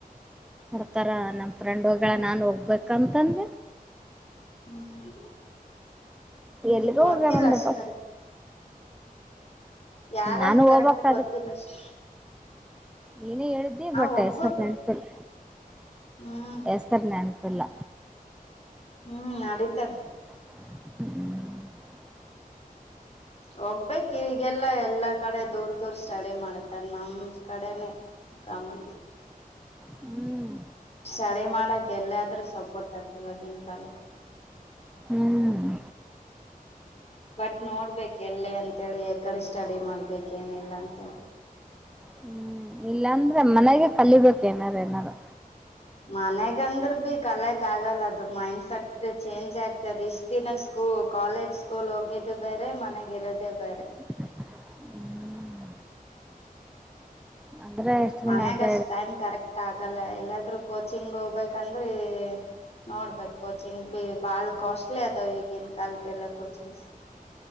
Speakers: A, in the centre; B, on the left.
A: ಕೊಡ್ತಾರ ನಮ್ ಫ್ರೆಂಡ್ ಹೊಗಳ ನಾನ್ ಹೋಗ್ಬೇಕಂತಂದ
B: ಹ್ಮ್ ಹ್ಮ್
A: ಎಲ್ಲಿಗ
B: ಗೊತ್ತಿಲ್ಲ
A: ಹೋಗ್ಯಾರಂದಪ್ಪ
B: ಅಷ್ಟ ಯಾರಂತ
A: ನಾನು
B: ಕರೆಕ್ಟ್
A: ಹೋಗ್ಬಕ್
B: ಗೊತ್ತಿಲ್ಲಷ್ಟ
A: ಅದಕ್ ನೀನೇ ಹೇಳಿದ್ದಿ ಬಟ್
B: ಹೋಗ್ಬೋದು
A: ಹೆಸರು ನೆನಪಿಲ್ಲ
B: ಹ್ಮ್
A: ಹೆಸರು ನೆನಪಿಲ್ಲ
B: ಹ್ಮ್ ನಡೀತೇನೆ
A: ಹ್ಮ್ <inaudible>
B: ಹೋಗ್ಬೇಕ ಈಗೆಲ್ಲಾ ಎಲ್ಲ ಕಡೆ ದೂರ್ ದೂರ್ ಸ್ಟಡಿ ಮಾಡತಾರ ನಮ್ ಕಡೆನೆ ಕಮ್ಮಿ
A: ಹ್ಮ್
B: ಸ್ಟಡಿ ಮಾಡಕ್ ಎಲ್ಲಾದ್ರೂ ಸಪೋರ್ಟ್ ಆದ ಇವಾಗಿನ್ ಕಾಲಕ್ಕೆ
A: ಹ್ಮ್
B: ಬಟ್ ನೋಡ್ಬೇಕೂ ಎಲ್ಲಿ ಅಂತೇಳಿ ಯ ಕಡೆ ಸ್ಟಡಿ ಮಾಡ್ಬೇಕ ಏನಿಲ್ಲ ಅಂತಿ
A: ಹ್ಮ್ ಇಲ್ಲಾಂದ್ರೆ ಮನೆಗೆ ಕಲಿಬೇಕ ಏನಾರ ಏನಾರು
B: ಮನೆಗಂದ್ರ ಭೀ ಕಲೆಕ್ ಆಗಲ್ಲ ಅದು ಮೈಂಡ್ಸೆಟ್ ಚೇಂಜ್ ಆಗ್ತದೆ ಇಷ್ಟ ದಿನ ಸ್ಕೂಲು ಕಾಲೇಜ್ ಸ್ಕೂಲ್ ಹೋಗಿದ್ದ ಬೇರೆ ಮನೆಗೆ ಇರೋದೇ ಬೇರೆ
A: ಹ್ಮ ಅಂದ್ರೆ ಎಷ್ಟು
B: ಮನ್ಯಾಗಷ್ಟ್
A: ದಿನ ಅಡ್ಡ
B: ಟೈಮ್ ಕರೆಕ್ಟ್ ಆಗಲ್ಲ ಎಲ್ಲಾದ್ರೂ ಕೋಚಿಂಗ್ ಹೋಗ್ಬೇಕಂದ್ರಿ ನೋಡ್ಬೇಕೂ ಕೋಚಿಂಗ್ ಬಿ ಬಾಳ ಕಾಸ್ಟ್ಲಿ ಅದಾವ ಈಗಿನ ಕಾಲಕ್ಕೆಲ್ಲ ಕೋಚಿಂಗ್ಸ್